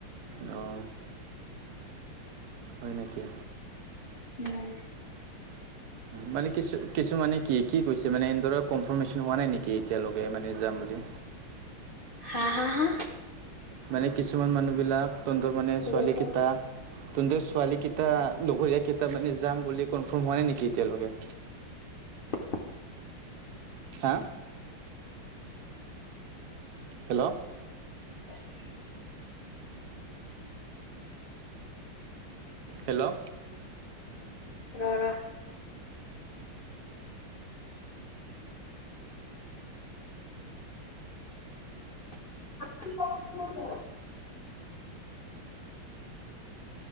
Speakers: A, on the right; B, on the left.
A: অ'। হয় নেকি?
B: উম।
A: মানে কিছু-কিছুমানে কি কি কৈছে? এতিয়া মানে এন্দৰে কনফাৰ্মেশ্যন হোৱা নাই নেকি এতিয়ালৈকে মানে যাম বুলি।
B: হা হা হা?
A: মানে কিছুমান মানুহ বিলাক তন্ধৰ মানে
B: কি
A: ছোৱালী
B: কৈছা
A: কেইটা তন্ধৰ ছোৱালী ক এয়া লগৰীয়া কেইতা মানে যাম বুলি কনফাৰ্ম হোৱা নাই নেকি এতিয়ালৈকে
B: <unintelligible>
A: হা হেল্ল'
B: ?
A: হেল্ল'
B: ৰ ৰহ আ